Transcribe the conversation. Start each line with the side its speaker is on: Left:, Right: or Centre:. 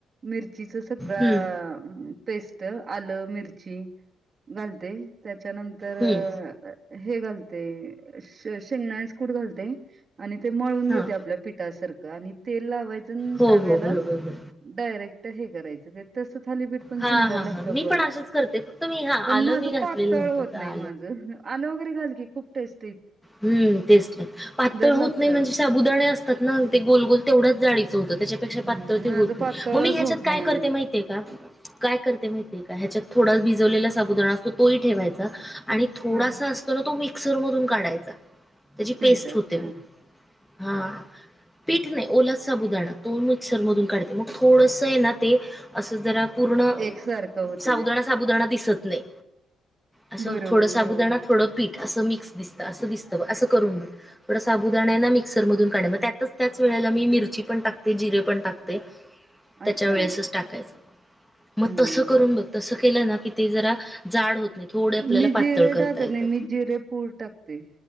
Right: मिरचीच सगळं
Centre: हम्म
Right: पेस्ट त आलं मिरची घालते त्यात त्याच्यानंतर
Centre: हम्म
Right: हे घालते शेंगदाण्याचे कुट घालते आणि ते मळून घेते
Centre: हां
Right: आपल्या पिठासारखं <unintelligible> आणि तेल लावायचं. <unintelligible>
Centre: हो
Right: तव्याला.
Centre: हो बरोबर बरोबर
Right: डायरेक्ट हे करायचं ते तसं. थालीपीठ पण
Centre: हां
Right: सुंदर
Centre: हां
Right: लागत.
Centre: हां मी पण असंच करते फक्त मी हां
Right: पण
Centre: आलं
Right: माझ
Centre: मी घातलेलं
Right: पातळ
Centre: नव्हतं
Right: होत
Centre: आता
Right: नाही माझ. <unintelligible> घा कीूप टेस्-
Centre: हम् तेच पातळ
Right: लागतय
Centre: होत नाही म्हणजे साबुदाणे असतात ना ते गोलगोल तेवढंच जाळीचं होतं त्याच्या ्र
Right: हम्म माझं
Centre: होत
Right: पातळच
Centre: नाही मग मी ह्याच्यात
Right: होत
Centre: काय
Right: नाही
Centre: करते
Right: अगं
Centre: माहितीय का- काय करते माहिय का ह्याच्यात थोडा भिजवलेला साबुददा असतो तो ठेवायचा- आणि थोडासा
Right: हा
Centre: असत ना तो म- मिकसरधून काढायचं. अ. त्याची
Right: पीठ
Centre: पेस्ट
Right: अच्छा
Centre: होते हा पीठ नाही ओ- साबुदाणा तो मिक्सर मधून काढते मग थोडंसं आहे ना ते असं जरा- पूर्ण
Right: एकसारखं होत
Centre: सावदाणा
Right: ते
Centre: साबुदाणा दिसत- प नाही. असं
Right: बरोबर
Centre: थोडं साबुदाणा
Right: बरोबर
Centre: थोडं पीठ. असं मिक्स दिसत असं दिसत- असं करून ब थोड साबुदाण आहे ना मिक्सर मधून काढ मग त्यातच त्याच वेळेला मी मिरची पण टाकते जिरे पण टाकते. त्याच्या
Right: अच्छा
Centre: वेळेसच टाकायचं
Right: हम्म
Centre: मग तस करून बघ तस- केलं ना कि ते जरा. जाड होत नाही थोडे आपल्याला
Right: मि
Centre: पातळ
Right: जिरे
Centre: करता
Right: टाकत
Centre: येतात
Right: नाही मिी जिरे पूड टाकते.